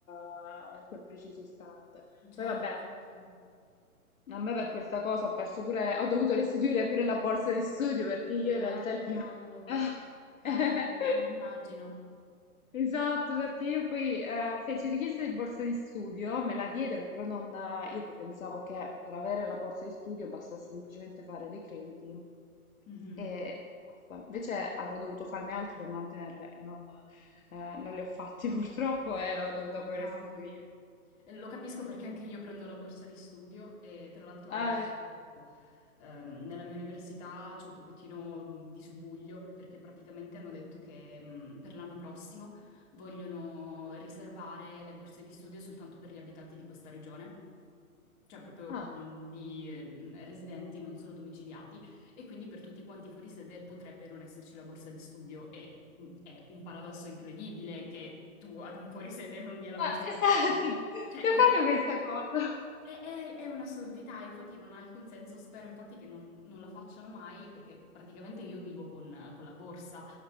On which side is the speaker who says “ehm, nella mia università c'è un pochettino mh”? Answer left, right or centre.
Left